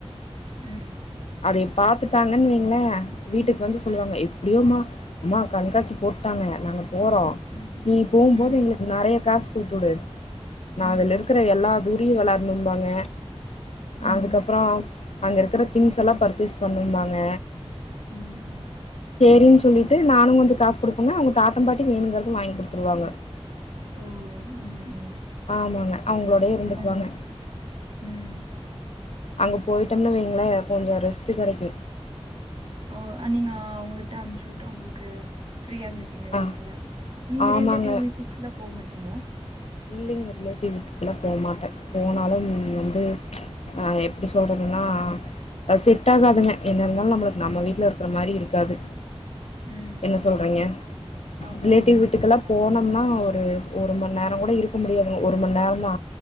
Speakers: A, on the right; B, on the left.
A: ம்
B: அதய பாத்துட்டாங்கன் வைங்ள வீட்டுக்கு வந்து சொல்லுவாங்க
A: ம். ம். ம்.
B: எப்டியோமா அம்மா கண்காட்சி போட்டாங்க நாங்க போறோ
A: ம்.
B: நீ போம்போது
A: ம்.
B: எங்ளுக்கு நெறைய காசு குட்த்துடு நா
A: ம்.
B: அதுல இருக் குற எல்லா தூரியு வெளாட்னும்பாங்க
A: ம்.
B: அதுக்கப்புறோ அங்க இருக்கிற திங்ஸ் எல்லா பர்ச்சேஸ் பண்ணும்பாங்க
A: ம். ம்.
B: சேரின் சொல்லிட் டு நானு கொஞ்சோ காசு குடுப்பங்க அவுங்க தாத்தம் பாட்டி வேணுங்கர்து வாய்ங் குடுத்துருவாங்க
A: ஓ ஓ ம் ம்
B: ஆமாங்க அவுங்ளோடயே இருந்துக்வாங்க
A: ம். ம்.
B: அங்க போய்ட்டோம்னு வைங்களே கொஞ்சோ ரெஸ்ட்டு கெடைக்கு
A: ஓ அ நீங்க அவுங்ககிட்ட அம்ச்சு உட்டு உங்குளுக்கு ஃப்ரீயா இருந்துப் பீங்க
B: ஆ
A: வீட்ல நீங்க
B: ஆமாங்க
A: ரிலேட்டிவ் வீட்டுக்ஸ்லா போ மாட்டீங்ளா
B: இல்லீங்க ரிலேட்டிவ் வீட்டுக்லா போ மாட்டே போனாலும்
A: ம்,
B: வந்து ஆ எப்படி சொல்றதுன்னா அத் செட் ஆகாதுங்க என்ன இருந்தாலு நம்முளுக் நம்ம
A: ம்,
B: வீட்ல இரு க்குற மாரி இருக்காது
A: ம்,
B: என்ன
A: ம்.
B: சொல்றீங்க
A: ஆமா,
B: ரிலேட்டிவ்
A: ஆமா.
B: வீட்டுக்கெல்லா
A: கண்டிப்பா.
B: போனொ ம்னா ஒரு ஒரு மண் நேரங்கூட இருக்க முடியாதுங்க ஒரு மண் நேரோந்தா